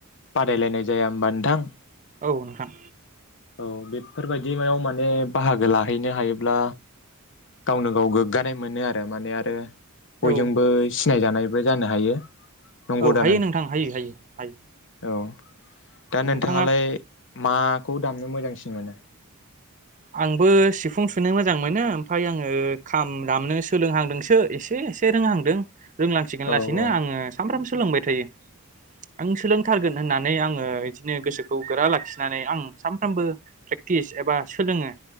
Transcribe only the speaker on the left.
बादायलायनाय जाया होमबा नोंथां
औ बेफोरबादियाव माने बाहागो लाहैनो हायोब्ला गावनो-गाव गोग्गानाय मोनो आरो माने आरो बयजोंबो
सि सिनायजानायबो जानो हायो। नंगौ
दा
औ दा
नोंथाङालाय माखौ दामनो मोजांसिन मोनो।
औ
औ